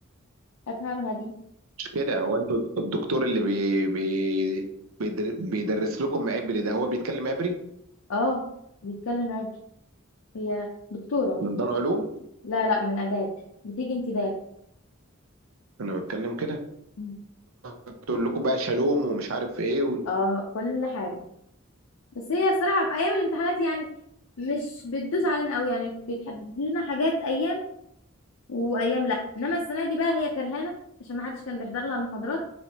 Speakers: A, on the left (about 85°); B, on the right (about 75°).
A: افهمها دي
B: مش كده هو انتوا الدكتور اللي بي بي بيدر- بيدرس لكم عبري ده هو بيتكلم عبري
A: اه بيتكلم عبري هي دكتورة
B: من دار
A: من
B: علوم
A: لا لا من اداب بتيجي انتداب
B: انا بتكلم كده
A: مم.
B: تقول لكم بقى شالوم ومش عارف ايه و...
A: اه كل حاجة بس هي الصراحة في ايام الامتحانات يعني مش بتدوس علينا قوي يعني بتحدد لنا حاجات ايام وايام لا انما السنه دي بقى هي كرهانه عشان ما حدش كان بيحضر لها المحاضرات